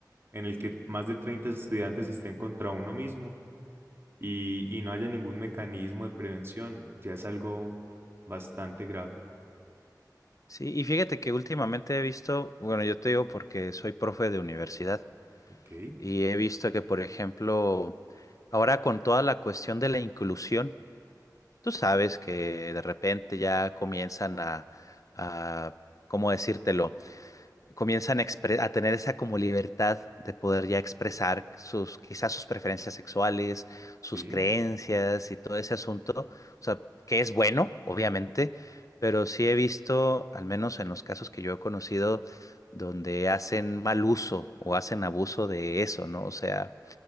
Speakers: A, on the right; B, on the left.
A: en el que más de 30 estudiantes estén contra uno mismo y, y no haya ningún mecanismo de prevención, ya es algo bastante grave.
B: Sí, y fíjate que últimamente he visto, bueno, yo te digo porque soy profe de universidad
A: Ok,
B: y he visto que, por ejemplo, ahora con toda la cuestión de la inclusión, tú sabes que de repente ya comienzan a, a, ¿cómo decírtelo? comienzan a, expre- a tener esa como libertad de poder ya expresar sus, quizás sus preferencias sexuales, sus
A: sí.
B: creencias y todo ese asunto. O sea, que es bueno, obviamente, pero sí he visto, al menos en los casos que yo he conocido, donde hacen mal uso o hacen abuso de eso, ¿no? O sea,